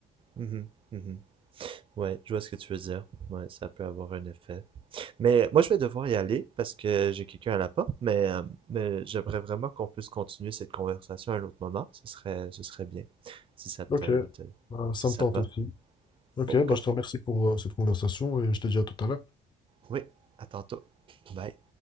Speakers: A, on the right (about 30°); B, on the left (about 25°).
A: Mhm. Mhm. Ouais, je vois ce que tu veux dire. Ouais, ça peut avoir un effet. Mais moi, je vais devoir y aller parce que j'ai quelqu'un à la porte, mais, euh, mais j'aimerais vraiment qu'on puisse continuer cette conversation à un autre moment. Ce serait, ce serait bien, si ça te,
B: Ok,
A: te-
B: bah, ça
A: si
B: me
A: ça
B: tente
A: te va.
B: aussi. Ok,
A: Ok.
B: bah, je te remercie pour euh, cette conversation et je te dis à tout à l'heure.
A: Oui, à tantôt. Bye.